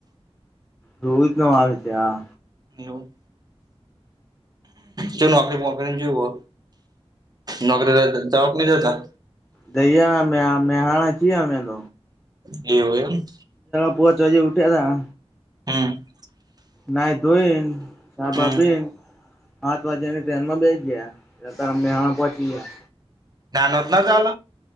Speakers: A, in the centre; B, on the right.
A: રોહિત નો આવે છે આ
B: એવું જો નોકરી મોકરી જવ હો નોકરી જવા નહી જતા.
A: દૈયા મે મે હા અચી વદ
B: એવું એમ
A: પોચ વા ઉઠ્યા હતા.
B: હમ
A: ના ધોઈન સાબા
B: હમ
A: પીન હા તો વાજે એ ટ્રેન માં બેસી ગયાત્યારે મેહાણા પહોંચી ગયા.
B: નાઞનત ના ચાલ